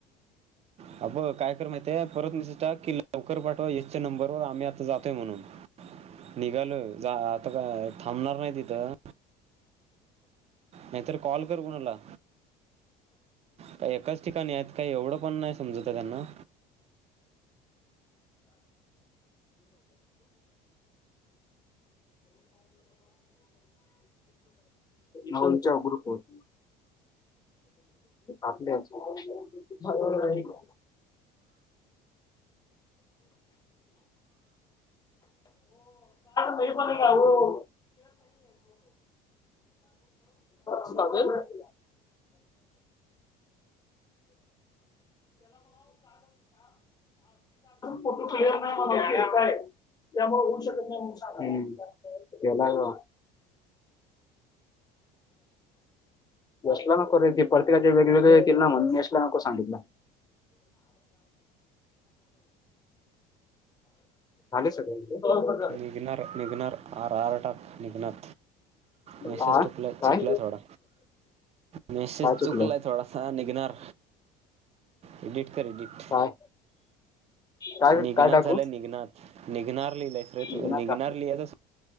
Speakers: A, on the right; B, on the left.
A: हा बग काय कर माहितये परत मॅसेज टाक की लवकर पाठवा यशच्या नंबरवर आम्ही आता जातोय म्हणून. निघालोय आता काय थांबणार नाही तिथं. नाहीतर कॉल कर कोणाला? का एकाच ठिकाणी आहेत काही एवढं पण नाही समजत त्यांना?
B: दोन चार ग्रुप होत आपल्या <unintelligible> मी पण का ओ <unintelligible> फोटो क्लियर नाही म्हणाव तिरका आहे त्यामुळे होऊ शकत नाही म्हणून सांगा केलाय बघा यशला नको रे ते प्रत्येकाचे वेगवेगळे येतील ना म्हण यशला नको सांगितलं. आलंय सगळं तिथं?
A: निघणार निघणार आर आर टाक निघणार मेसेज
B: हा
A: टाकलेत.
B: काय
A: चुकलय थोडं मॅसेज
B: काय चुकलं
A: चुकलाय थोडासा निघणार. एडिट कर एडिट.
B: काय काय
A: निघनात
B: काय टाकू
A: झालंय निघनात. निघणात ह
B: निघणार
A: <unintelligible> निघाणार
B: का?
A: लिहत